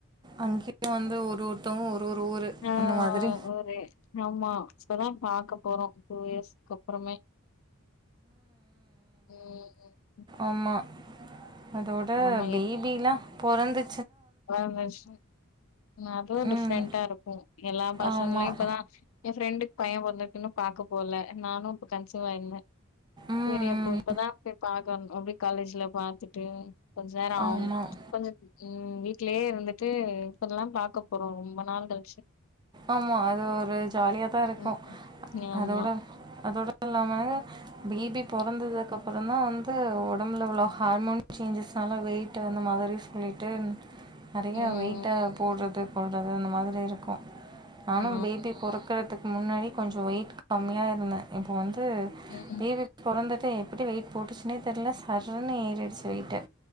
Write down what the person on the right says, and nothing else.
அங்கேயு வந்து ஒரு ஒருத்தவ்ங்க ஒரு ஒரு ஊரு
அந்த மாதிரி
ஆமா அதோட
பேபிலா
பொறந்து
ம்
ஆமாம்
ம்
ஆமாம்
ஆமா அது ஒரு ஜாலியா தா இருக்கோ
அதோட அதோட இல்லாம பேபி பொறந்ததுக்கப்புறோ தா வந்து ஒடம்புல இவ்ளோ ஹார்மோன் சேஞ்சஸ்ஸால வெயிட்டு அந்த மாதிரி சொல்லிட்டு நெறைய
வெயிட்டா போட்றது கொல்றது அந்த மாதிரி இருக்கோ நானோ
பேபி பொறக்கறதுக்கு முன்னாடி கொஞ்சோ வெயிட் கம்மியா இருந்த இப்போ வந்து
பேபி பொறந்துட்ட எப்டி வெயிட் போட்டுச்சுன்னே தெர்ல சர்ருன்னு ஏறிடிச்சு வெயிட்டு